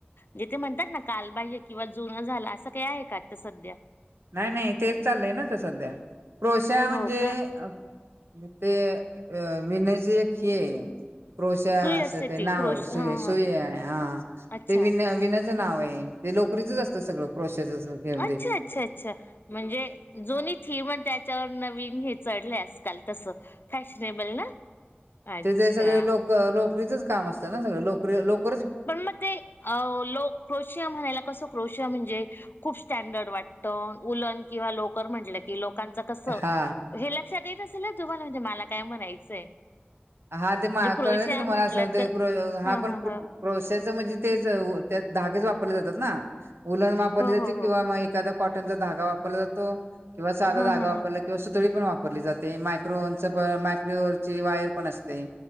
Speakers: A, on the left; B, on the right.
A: जे ते म्हणत्यात ना कालबाह्य किंवा जु झाल असं काय आहे का आता सध्या
B: नाइ नाइ तेच चाललंय ना आता सध्या क्रोशा म्हणजे
A: हो का
B: अं मग ते अं विनायचे एक हें क्रॉशा
A: सुई
B: असं
A: असते
B: ते
A: ती
B: नावाय
A: क्रोश
B: सुय
A: हा
B: सुयाय
A: हा
B: आ.
A: अच्छा
B: ते विन्या विनाचं नावय ते लोकरीच असतं सगळं क्रोशाच घेईल
A: अच्छा
B: ते
A: अच्छा अच्छा म्हणजे जोनी थीमण त्याच्यावर नवीन हे चढल्यास काल तस फॅशनेबल ना. अच्छा
B: इथे ते सगळं लोक लोकरीचचं काम असत ना सगळं लोकरी लोक
A: पण मग ते अ लोक क्रोशिया म्हणायला कसं क्रोशिया म्हणजे खूप स्टॅंडर्ड वाटत उलन किंवा लोकर म्हटलं कि लोक कांच कसं
B: हा
A: हे लक्षात येत असेल ना तुम्हाला म्हणजे मला काय म्हणायचंय.
B: हा ते मळा
A: जे क्रोशिया
B: कळलं की तुम्हाला
A: म्हटलं
B: <unintelligible>
A: तर हा हा हा
B: क्रोश <unintelligible> तेज धागेच वापरले जातात ना उलन वापरले
A: हो
B: जाते
A: हो हो
B: किंवा मग एखादा कॉटनचा धागा वापरला जातो किंवा साधा
A: हा
B: धगा
A: हा
B: वापरला
A: हा
B: किंवा सुतळी पण वाप वापरली जाते मायक्रोवनच पण मायक्रो ची वायर पण असते.